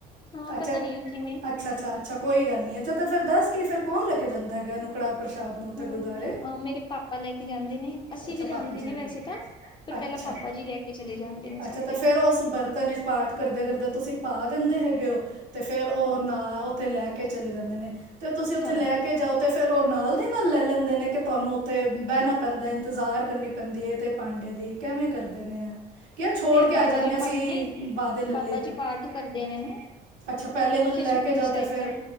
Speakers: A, on the left; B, on the right.
A: ਹਾਂ
B: ਅੱਛਾ
A: ਪਤਾ ਨਹੀਂ ਕਿਵੇਂ
B: ਅੱਛਾ ਅੱਛਾ‌। ਅੱਛਾ ਕੋਈ ਗੱਲ ਨਹੀਂ ਅੱਛਾ ਤਾਂ ਫਿਰ ਦੱਸ ਕੇ ਫਿਰ ਕੌਣ ਲੈ ਕੇ ਜਾਂਦਾ ਹੈਗਾ ਨੁੰ ਕੜਾਹ ਪ੍ਰਸ਼ਾਦ ਨੂੰ ਉੱਥੇ
A: ਅ
B: ਗੁਰਦੁਆਰੇ
A: ਮੇਰੇ ਪਾਪਾ ਲੈ ਕੇ ਜਾਂਦੇ ਨੇ ਅਸੀਂ
B: ਅੱਛਾ
A: ਵੀ ਜਾਂਦੇ
B: ਪਾਪਾ ਜੀ
A: ਨੇ।
B: ਲੈ
A: ਵੈਸੇ ਤਾਂ ਪਰ
B: ਅੱਛਾ
A: ਪਹਿਲਾਂ ਪਾਪਾ ਜੀ ਲੈ ਕੇ ਚਲੇ ਜਾਂਦੇ ਨੇ
B: ਅੱਛਾ
A: ਸਾਡੇ
B: ਤੇ ਫੇਰ ਉਸ ਬਰਤਨ ਚ ਪਾਠ ਕਰਦੇ ਕਰਦੇ ਤੁਸੀਂ ਪਾ ਦਿੰਦੇ ਹੈਗੇ ਉਹ ਤੇ ਫੇਰ ਉਹ
A: ਹਾਂ
B: ਨਾ ਉੱਥੇ ਲੈ ਕੇ ਕੇ ਚਲੇ ਜਾਂਦੇ ਨੇ। ਤੇ ਤੁਸੀਂ ਉੱਥੇ
A: ਹਾਂ
B: ਲੈ ਕੇ ਜਾਓ ਤੇ ਫਿਰ ਉਹ ਨਾਲ ਦੀ ਨਾਲ ਲੈ ਲੈਂਦੇ ਨੇ ਕਿ ਤੁਹਾਨੂੰ ਉੱਥੇ ਬਹਿਣਾ ਪੈਂਦਾ ਇੰਤਜ਼ਾਰ ਕਰਨੀ ਪਦੀਏ ਤੇ ਪਾਂਡੇ ਦੀ ਕਿਵੇਂ ਕਰਦੇ ਨੇ ਆ ਕੀ ਛੋੜ
A: ਫੇਰ
B: ਕੇ
A: ਬਾਬਾ
B: ਆ ਜਾਂਦੇ
A: ਜੀ
B: ਹਾਂ
A: ਪਾ ਨਹੀਂ ਨਹੀਂ
B: ਅੜੀ
A: ਬਾਬਾ ਜੀ
B: <unintelligible>
A: ਪਾਠ ਕਰਦੇ ਨੇ ਨਾ
B: ਅੱਛਾ ਪਹਿਲੇ ਮਤਲਬ
A: ਉੱਥੇ
B: ਲੈ
A: ਸੁਖਮਨੀ
B: ਕੇ ਜਾਓ
A: ਸਾਹਿਬ
B: ਤੇ ਫੇਰ
A: ਦਾ